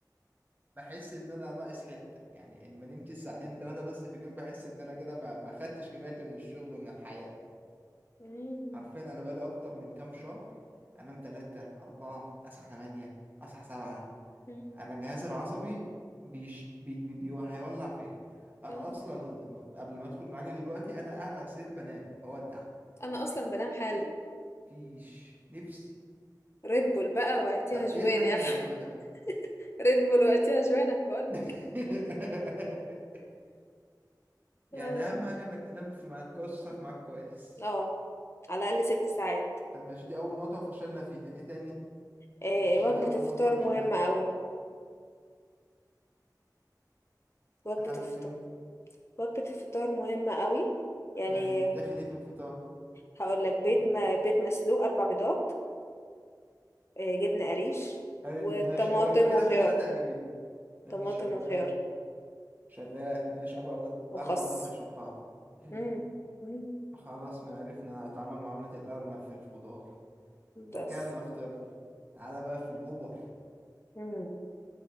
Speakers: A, on the right (about 25°); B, on the left (about 40°).
A: بحس ان انا ناقص حته يعني اما نمت ساعتين ثلاثه بس في اليوم بحس ان انا كده ما ما خدتش كفايتي من الشغل ومن الحياه
B: مم.
A: حرفيا انا بقالي اكتر من كام شهر انام ثلاثة أربعة اصحى ثمانية اصحى سبعة
B: مم.
A: انا جهازي العصبي بيش بي بي بي هيولع فيا انا
B: آه.
A: اصلا قبل ما ادخل معاك دلوقتي انا قاعد على السرير بنام بودع
B: انا اصلا بنام حالا
A: فيش نفسي
B: ريد بول بقى واعطيها
A: طب
B: جوانح
A: ايه حل الموضوع ده
B: <laughs> ريد بول واعطيها جوانح بقول
A: <laughs> يعني
B: اه
A: اهم حاجه انك تنام في ميعاد كويس وتصحى في ميعاد كويس
B: آه. على الاقل ست ساعات
A: طب ماشي دي أول نقطة وفشلنا فيها ايه تاني
B: آه.
A: ماشي
B: وجبه
A: دي أول
B: الفطار
A: نقطة وفشلنا
B: مهمه
A: فيها
B: قوي وجبه
A: لحد
B: الفطار
A: فين
B: وجبه الفطار مهمه قوي يعني
A: يعني يتاخد ايه في الفطار
B: هقول لك بيض
A: يت...
B: ما بيض مسلوق اربع بيضات آه. جبنه قريش
A: حلو
B: وطماطم
A: ماشي أيوة كده
B: وخيار
A: كده كده تعجبين ماشي
B: طماطم
A: شغال
B: وخيار
A: شغال ماشي أربع بيضات
B: وخس
A: أربع بيضات هيشبعوا حلو
B: مم. مم.
A: خلاص ما عرفنا نتعامل معاملة الأرنب في الخضار
B: بس
A: كلنا فطرنا تعالى بقى في الهبر
B: مم.